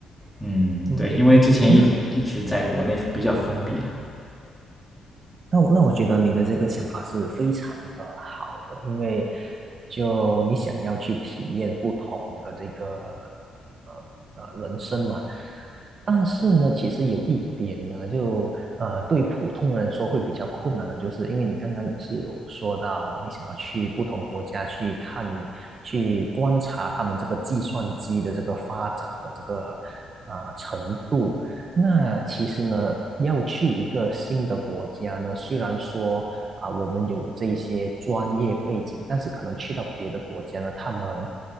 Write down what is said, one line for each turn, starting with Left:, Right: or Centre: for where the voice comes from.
Centre: 嗯，
Right: 嗯，
Centre: 对，因为之前一直一直在国内比较封闭了，
Right: 嗯那那我那我觉得你的这个想法是非常的好的，因为就你想要去体验不同的这个呃呃人生嘛，但是呢，其实有一点呢，就呃对于普通人来说会比较困难的，就是因为你刚刚也是有说到，你想要去不同国家去看去观察他们这个计算机的这个发展的这个呃程度。那其实呢，要去一个新的国家呢，虽然说啊，我们有这一些专业背景，但是可能去到别的国家呢，他们，